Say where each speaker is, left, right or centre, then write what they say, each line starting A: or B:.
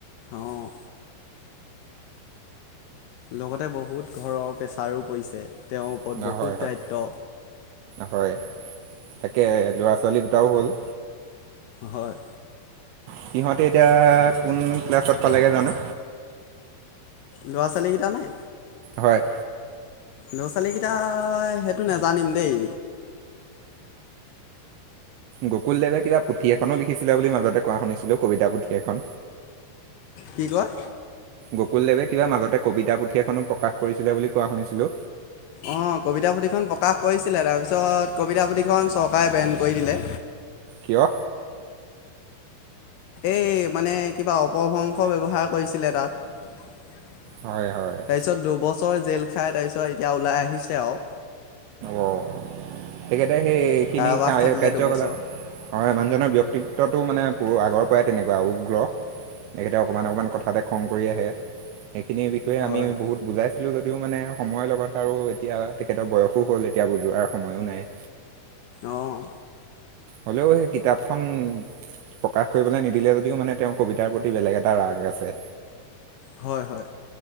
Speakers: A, on the left; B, on the right.
A: অঁ লগতে বহুত ঘৰৰ প্ৰেছাৰো পৰিছে তেওঁৰ ওপৰত
B: হয়
A: বহুত
B: হয় হয়
A: দায়িত্ব
B: হয় তাকে ল'ৰা ছোৱালী দুটাও হ'ল
A: হয়
B: সিহঁতে এতিয়া কোন ক্লাছত পালেগে জানো
A: ল'ৰা ছোৱালীগিতা নে
B: হয়
A: ল'ৰা ছোৱালীগিতা সেইটো নাজানিম দেই
B: গকুল দেৱে কিবা পুথি এখনো লি লিখিছিলে বুলি মাজতে কোৱা শুনিছিলো কবিতা পুথি এখন
A: কি কয়
B: গকুলদেৱে কিবা মাজতে কবিতা পুথি এখনো প্ৰকাশ কৰিছিলে বুলি কোৱা শুনিছিলো
A: অ', কবিতা পুথিখন প্ৰকাশ কৰিছিলে তাৰপিছত কবিতা পুথিখন চৰকাৰে বেন কৰি দিলে
B: কিয়
A: এই মানে কিবা অপভ্বংশ ব্যৱহাৰ কৰিছিলে তাত তাৰপিছত
B: হয় হয়
A: দুবছৰ জেল খাই তাৰপিছত এতিয়া ওলাই আহিছে আৰু
B: অ' তেখেতে সেইখিনি
A: কাৰাবাস
B: কাৰ্যকলাপ
A: খাটিলে দুবছৰ
B: হয় মানুজনৰ ব্যক্তি ব্যক্তিত্বটো মানে আগৰ পৰাই তেনেকুৱা উগ্ৰ তেখেতে অকণমান অকণমান কথাতে খং কৰি আহে সেইখিনিৰ বিষয়ে
A: হয়
B: আমি
A: হয়
B: বহুত বুজাইছিলো যদিও মানে সময়ৰ লগত আৰু এতিয়া তেখেতৰ বয়স বয়সো হ'ল এতিয়া বুজোৱাৰ সময়ো নাই
A: অ',
B: হ'লেও সেই কিতাপখন প্ৰকাশ কৰিবলৈ নিদিলে যদিও মানে তেওঁৰ কবিতাৰ প্ৰতি বেলেগ এটা ৰাগ আছে
A: হয় হয়